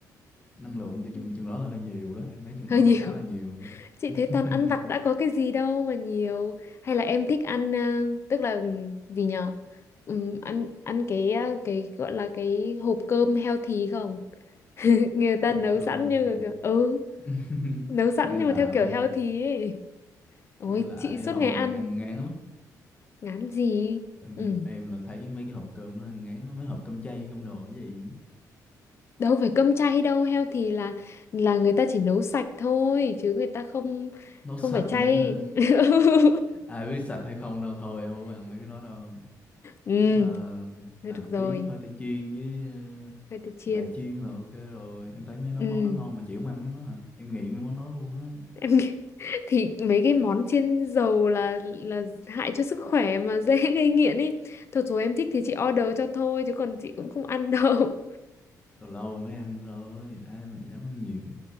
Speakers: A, on the left; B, on the left.
A: năng lượng cho
B: Ừ.
A: chừng chừng đó là hơi nhiều đó em thấy chừng
B: hơi
A: đó là
B: nhiều
A: khá là nhiều đó
B: Chị
A: <laughs>
B: thấy toàn ăn vặt đã có cái gì đâu mà nhiều. Hay là em thích ăn à, tức là ừm, gì nhở? Ừm, ăn ăn cái à, cái gọi là cái hộp cơm healthy không? <laughs> Người ta
A: học
B: nấu
A: cơm
B: sẵn
A: healthy
B: như ừ,
A: <laughs>
B: nấu sẵn
A: nghe
B: nhưng
A: lạ
B: mà theo
A: quá
B: kiểu
A: vậy
B: healthy ấy. Ôi,
A: nghe lạ
B: chị
A: vậy
B: suốt
A: hồi
B: ngày ăn,
A: ăn ngán lắm
B: ngán gì?
A: em,
B: Ừ.
A: em là thấy mấy cái hộp cơm nó ăn ngán lắm mấy hộp cơm chay cơm đồ cái gì
B: Đâu phải cơm chay đâu, healthy là là người ta chỉ nấu sạch thôi chứ người ta không
A: nấu
B: không
A: sạch
B: phải chay.
A: nữa hả
B: <laughs>
A: ai biết sạch hay không đâu thôi không ăn mấy cái đó đâu
B: Ừ,
A: chắc là
B: thôi
A: làm
B: được rồi,
A: tí khoai tây chiên với
B: khoai tây chiên.
A: ờ, gà chiên là ok rồi em thấy mấy nó
B: Ừ.
A: món nó ngon mà chị không ăn mấy nó hả em nghiện mấy món đó luôn á
B: em nghĩ- <laughs> thì mấy cái món chiên dầu là là hại cho sức khỏe mà <laughs> dễ gây nghiện ý thật rồi em thích thì chị order cho thôi chứ còn chị cũng không ăn <laughs> đâu
A: lâu lâu mới ăn thôi ai mà dám ăn nhiều